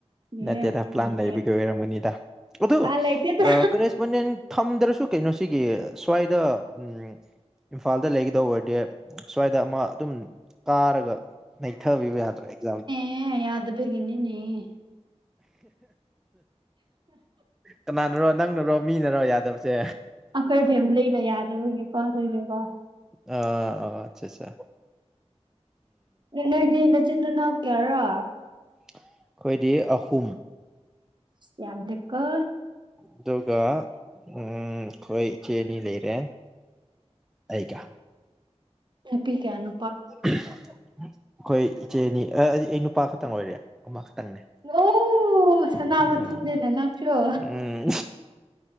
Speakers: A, on the right; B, in the centre.
A: ꯃꯤꯔꯦꯝꯅꯤ
B: ꯅꯠꯇꯦꯗ ꯄ꯭ꯂꯥꯟ
A: ꯃꯤꯔꯦꯝ
B: ꯂꯩꯕ ꯀ ꯑꯣꯏꯔꯝꯃꯅꯤꯗ ꯑꯗꯨ
A: ꯎꯄꯥꯏ ꯂꯩꯇꯦꯗ
B: ꯀꯔꯦꯁꯄꯣꯟꯗꯦꯟ ꯊꯝꯗ꯭ꯔꯁꯨ ꯀꯩꯅꯣ ꯁꯤꯒꯤ ꯁ꯭ꯋꯥꯏꯗ ꯎ ꯏꯝꯐꯥꯜꯗ ꯂꯩꯒꯗꯧꯕ ꯑꯣꯏꯔꯗꯤ ꯁ꯭ꯋꯥꯏꯗ ꯑꯃ ꯑꯗꯨꯝ ꯀꯥꯔꯒ ꯅꯩꯊꯕꯤꯕ ꯌꯥꯗ꯭ꯔꯥ ꯑꯦꯛꯖꯥꯝꯗ
A: ꯑꯦ ꯌꯥꯗꯕꯒꯤꯅꯤꯅ‌ꯦ
B: ꯀꯅꯥꯅꯔꯣ ꯅꯪꯅꯔꯣ ꯃꯤꯅꯔꯣ ꯌꯥꯗꯕꯁꯦ
A: ꯑꯩꯈꯣꯏ ꯐꯦꯃꯤꯂꯤꯗ ꯌꯥꯗꯕꯒꯤꯀꯣ ꯑꯗꯨꯒꯤꯀꯣ
B: ꯑ ꯑꯣ ꯑꯆꯥ ꯑꯆꯥ
A: ꯅꯣꯢꯗꯤ ꯅꯆꯤꯟꯅꯥꯎ ꯀꯌꯥꯔꯥ
B: ꯑꯩꯈꯣꯏꯗꯤ ꯑꯍꯨꯝ
A: ꯁꯝ ꯂꯩꯀꯣ
B: ꯑꯗꯨꯒ ꯎꯝ ꯈꯣꯏ ꯆꯦꯅꯤ ꯂꯩꯔꯦ ꯑꯩ ꯀ
A: ꯅꯨꯄꯤꯀꯌꯥꯅꯣ
B: ꯑꯩꯈꯣꯏ ꯏꯆꯦ ꯑꯅꯤ ꯑꯩ ꯅꯨꯄꯥ ꯈꯛꯇꯪ ꯑꯣꯏꯔꯦ ꯑꯃ ꯈꯛꯇꯪꯅꯦ
A: ꯑꯣ ꯑꯣ ꯁꯅꯥ ꯃꯇꯨꯝꯅꯤꯅ
B: ꯎꯝ
A: ꯅꯪꯁꯤꯔꯣ
B: ꯎꯝ